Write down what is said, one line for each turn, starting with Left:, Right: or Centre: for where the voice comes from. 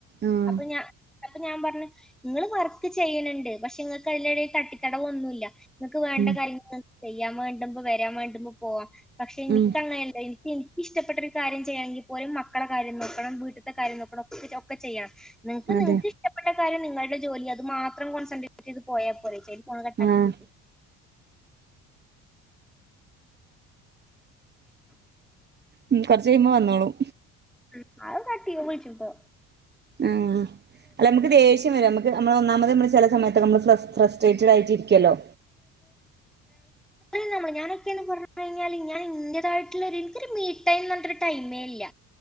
Right: ആഹ്
Centre: അപ്പൊ ഞാ അപ്പൊ ഞാൻ പറഞ്ഞു ഇങ്ങള് വർക്ക് ചെയ്യല്ണ്ട് പക്ഷെ ഇങ്ങക്ക് അതിന്റെടേൽ തട്ടിത്തടവൊന്നുല്ല നിങ്ങക്ക് വേണ്ട
Right: ഉം
Centre: കാര്യങ്ങൾ? ചെയ്യാൻ വേണ്ടുമ്പോ വരാൻ വേണ്ടുമ്പോ പോവാം. പക്ഷെ എനിക്കങ്ങനെയല്ല
Right: ഉം
Centre: എനിക്ക് എനക്കിഷ്ടപ്പെട്ട ഒരു കാര്യം ചെയ്യണെങ്കിൽ പോലും മക്കളെ കാര്യം നോക്കണം. വീട്ടത്തെ കാര്യം നോക്കണം. ഒക്കെ ചെയ്യണം. നിങ്ങക്ക്
Right: അതെ
Centre: നിങ്ങക്ക് ഇഷ്ടപ്പെട്ട കാര്യം നിങ്ങളുടെ ജോലി അത് മാത്രം കോൺസെട്രേറ്റ് ചെയ്ത് പോയാൽ പോരേ? <unintelligible> ഫോണ് കട്ടാക്കി
Right: ആഹ്
Centre: പോയിക് ണ്
Right: ഉം. കൊറച്ച് കഴിയുമ്പോ വന്നോളും.
Centre: അത് <unintelligible> വിളിച്ചു ഇപ്പം
Right: ആ അല്ല നമുക്ക് ദേഷ്യം വരും. നമ്മക്ക് നമ്മള് ഒന്നാമത് നമ്മള് ചില സമയത്തൊക്കെ നമ്മള് ഫ്ര ഫ്രസ്ട്രേറ്റഡ് ആയിട്ടിരിക്കല്ലോ?
Centre: നമ്മ ഞാനൊക്കെയന്ന് പറഞ്ഞു കഴിഞ്ഞാല് ഞാൻ ഇന്റതായിട്ടുള്ള ഒര് ഇൻക്കൊരു മീ ടൈം പറഞ്ഞിട്ടരു ടൈമേ ഇല്ല.